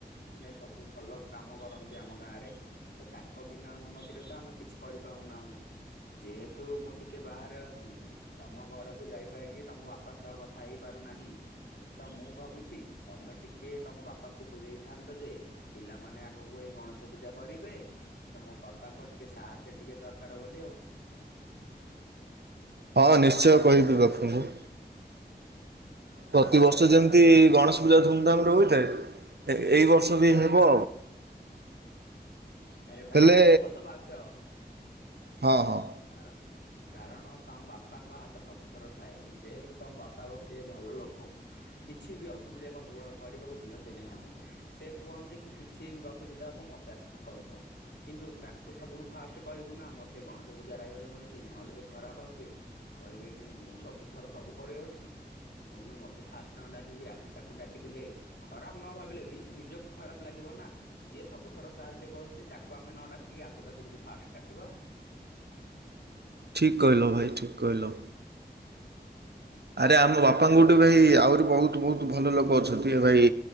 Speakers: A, on the left; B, on the right.
A: ମାନେ ସବୁ ଭଲ କାମ କରନ୍ତି ଆମ ଗାଁ ରେ। ତ ତାଙ୍କ ବିନା ଅନୁମତିରେ ତ ଆମେ କିଛି କରିପାରୁ ନାହୁଁ। ଯେହେତୁ ମୁଁ ଟିକେ ବାହାରେ ଅଛି। ତମ ଘରକୁ ଯାଇପାରକି ତମ ବାପା ସହ କଥା ହେଇପାରୁନାହିଁ। ତ ମୁଁ ଭାବୁଛି ତମେ ଟିକେ ତମ ବାପା କୁ ବୁଲେଇଥାନ୍ତ ଯେ ପିଲାମାନେ ଆଗକୁ ଏଇ ଗଣେଶ ପୂଜା କରିବେ ତମ ବାପାଙ୍କ ଟିକେ ସାହାଯ୍ୟ ଟିକେ ଦରକାର ବୋଲି ଆଉ।
B: ହଁ ନିଶ୍ଚୟ କହିବି ବାପଙ୍କୁ। ପ୍ରତିିବର୍ଷ ଯେମିତି-ଇ-ଇ-ଇ ଗଣେଶ ପୂଜା ଧୁମଧାମ ରେ ହୋଇଥାଏ। ଏ ଏଇ ବର୍ଷ ବି ହେବ।
A: ଆରେ ଭାଇ
B: ତା ହେଲେ
A: ହବ ତ ବାଧ୍ୟ
B: ହଁ ହଁ।
A: କାରଣ କାରଣ ତମ ବାପାଙ୍କ ହାତ ସବୁଥର ଥାଏ। ଯେହେତୁ ତମ ବାପା ଗୋଟିଏ ଭଲ ଲୋକ। କିଛି ବି ଅସୁବିଧାକ ହ କରିବାକୁ ଦିଅନ୍ତି ନାହିଁ ଆମକୁ। ସେ କୁହନ୍ତି କି କିଛି ବି ଅସୁବିଧା ହବ ମତେ ଆସିକି କହିବ। କିନ୍ତୁ ତାଙ୍କୁ ସବୁଠୁ ଫାଷ୍ଟ କହିବୁ ନା ଆମର ସେ କଣ। ସବୁ ଯାର ଆୟୋଜନ ହେଇଛି ନହେଲେ ସେ ଖରାପ ଭାବିବେ କହିବେ କି ମୁଁ ସବୁ ଥର ସବୁ କରି ଅଛି। ପୁଣି ମୋତେ ଫାଷ୍ଟ ନ ଡାକିକି ଆଉ ତାକୁ ଡାକିଦେଲେ। ଖରାପ ନ ଭାବିଲେ ବି ନିଜକୁ ଖରାପ ଲାଗିବ ନା। ଯିଏ ସବୁଥର ସାହାଯ୍ୟ କରୁଛି ତାକୁ ଆମେ ନ ଡାକିକି ଆକୁ ତାକୁ ଯଦି ଫାଷ୍ଟ ଡାକିବା।
B: ଠିକ କହିିଲ ଭାଇ ଠିକ କହିିଲ। ଆରେ ଆମ ବାପାଙ୍କଠୁ ଭାଇ ଆହୁରି ବହୁତ ବହୁତ ଭଲ ଲୋକ ଅଛନ୍ତି ଏ ଭାଇ।